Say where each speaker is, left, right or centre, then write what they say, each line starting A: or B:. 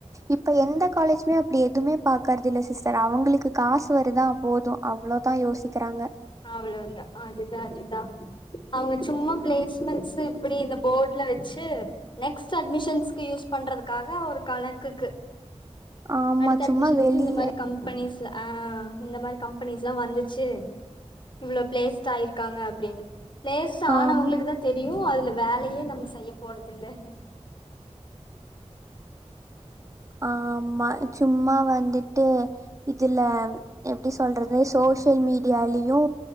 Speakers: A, on the right (about 30°); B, on the left (about 45°).
A: இப்ப எந்த காலேஜுமே அப்டி எதுவுமே பாக்கறது இல்ல சிஸ்டர் அவங்களுக்கு காசு வருதா போது அவ்ளோதா யோசிக்கிறாங்க
B: அவ்ளோதா அதுதா அதுதா அவுங்க சும்மா பிளேஸ்மெண்ட்ஸ் அப்டி இந்த போர்ட்ல வச்சு நெக்ஸ்ட் அட்மிஷன்ஸ்கு யூஸ் பண்றதுக்காக ஒரு கணக்குக்கு
A: ஆமா
B: அடுத்த
A: சும்மா
B: அட்மிஷன்ஸ்க்கு
A: வெளிய
B: இந்த மாதிரி கம்பெனிஸ்ல ஆ இந்த மாதிரி கம்பெனிஸ்ல்லா வந்துச்சு இவ்ளோ ப்ளேஸ்ட் ஆயிருக்காங்க அப்டின்னு பிளேஸ்ட் ஆனா
A: ஆம்
B: அவங்களுக்கு தா தெரியு அதுல வேலையே நம்ம செய்ய போறதில்லன்னு
A: ஆம்மா சும்மா வந்துட்டு இதுல எப்டி சொல்றது சோசியல் மீடியாலயு